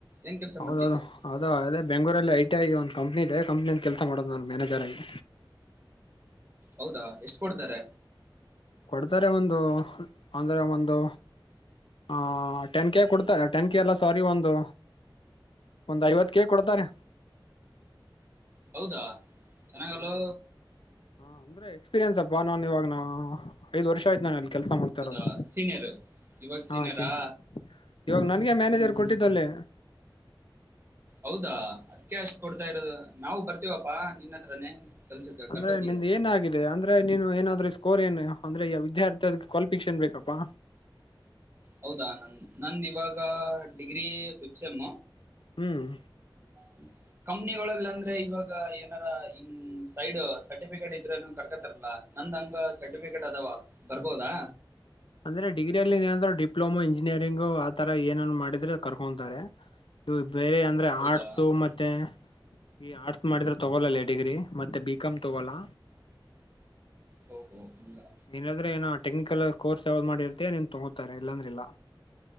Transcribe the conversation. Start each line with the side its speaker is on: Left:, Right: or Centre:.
Right: ಏನ್ ಕೆಲ್ಸ
Left: ಹೌದೌದು
Right: ಮಾಡ್ತಿದ್ದೆ
Left: ಹೌದು ಅದೇ ಬೆಂಗಳುರಲ್ಲಿ ಐ ಟಿ ಅಗೀ ಒಂದು ಕಂಪ್ನ ಇದೆ ಕಂಪ್ನಿ ಕೆಲಸ ಮಾಡೋದು ನು ಮಾನೇಜರ್ಲ್ಲಿ
Right: ಹೌದಾ ಎಷ್ಟು ಕೊಡ್ತಾರೆ.
Left: ಕೊಡ್ತಾರೆ ಒಂದು ಅಂದ್ರೆ ಒಂದು ಆ ಟೆನ್ ಕೆ ಕೊಡ್ತಾರೆ ಟೆನ್ ಕೆ ಎಲ್ಲ ಸಾರಿ ಒಂದು ಒಂದು ಐವತ್ತು ಕೆ ಕೊಡ್ತಾರೆ.
Right: ಹೌದಾ ಚೆನ್ನಾಗಲ್ಲೋ
Left: ಹ್ಮ್ ಹಾ ಅಂದ್ರೆ ಎಕ್ಸ್ಪೀರಿಯನ್ಸ್ ಅಪ್ಪಾ ನನ್ ಇವಾಗ ನಾ ಐದ್ ವರ್ಷ ಆಯ್ತು ನಾನಲ್ಲಿ ಕೆಲ್ಸ ಮಾಡ್ತಾರದು
Right: ಹೌದಾ ಸೀನಿಯರ್ ಇವಾಗ ಸೀನಿಯರಾ
Left: ಹಾ ಚೀನಾ ಇವಾಗ ನನ್ಗೆ ಮ್ಯಾನೇಜರ್
Right: ಹ್ಮ್ ಹ್ಮ್
Left: ಕೊಟ್ಟಿದ್ದಲ್ಲೇ
Right: ಹೌದಾ ಅದಕ್ಕೆಅಷ್ಟು ಕೊಡ್ತಾ ಇರೋದು ನಾವು ಬರ್ತೀವಪ್ಪಾ ನಿನ್ನ ಹತ್ರನೇ ಕೆಲ್ಸಕ್ಕೆ
Left: ಅಂದ್ರೆ
Right: ಕರ್ಕೋತೀಯ
Left: ನಿನ್ ಏನ ಆಾಗಿದೆ ಅಂದ್ರೆ ನೀನು ಏನಾದ್ರರು ಕೋರ್ ಏನು ಅಂದ್ರೆ ಈಗ ವಿದ್ಯಾರ್ಥಿ ಅ ಕ್ವಾಲಿಫಿಕೇಷನ್ ಬೇಕಪ್ಪಾ
Right: ಹೌದಾ ನನ್ ಇವಾಗ ಡಿಗ್ರಿ ಫಿಫತ್ ಸೆಮ್
Left: ಹ್ಮ್
Right: ಹ್ಮ ಕಂಪನಿ ಯೊಳಗೆ ಅಂದ್ರೆ ಇವಾಗ ಏನಾರ್ ಸೈಡ್ ಸರ್ಟಿಫಿಕೇಟ್ ಇದ್ರನ ಕರ್ಕತಾರಲ್ಲ ನಂದ್ ಹಂಗ ಸರ್ಟಿಫಿಕೇಟ್ ಅದಾವ ಬರ್ಬೋದಾ
Left: ಅಂದ್ರೆ ಡಿಗ್ರಿಯಲ್ಲಿ ಏನಾದ್ರರು ಡಿಪ್ಲೋಮಾ ಇಂಜಿನಿಯರಿಂಗ ಆ ತರ ಏನ್ ಮಾಡಿದ್ರೆ ಕರು ತಕೊಂತಾರೆ ಇ ಬೇರೆ ಅಂದ್ರೆ
Right: ಹೌದಾ
Left: ಆರ್ಟ್ಸ್ ಮತ್ತೆ ಈ ಆರ್ಟ್ಸ್ ಮಾಡಿದ್ರೆ ತಗೋಲಲ್ಲೇ ಡಿಗ್ರಿ ಮತ್ತೆ ಬಿಕಾಮ್ ತಗೋಲ್ಲ
Right: ಹ ಹ ಹ
Left: ನೀನಾದ್ರೆ ಏನ ಟೆಕ್ನಿಕಲ್ ಕೋರ್ಸ್ ಯಾವ್ದ್ ಮಾಡಿರ್ತತಿ ನೀನ್ ತಗೋತಾರೆ ಇಲ್ಲಾಂದ್ರ ಇಲ್ಲ